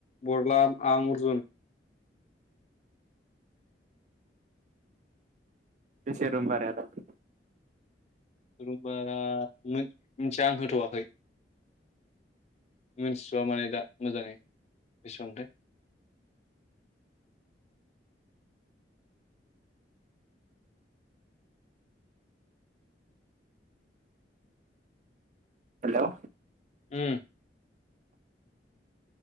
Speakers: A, on the left; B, on the right.
A: बरला आं अर्जुन।
B: बेसे रुम फारायालाय?
A: रुमभारा मिथिया आं होथ'वाखै। मिथिथ'वा माने दा मोजाङै बेसेबांथाय।
B: हेलौ
A: ओम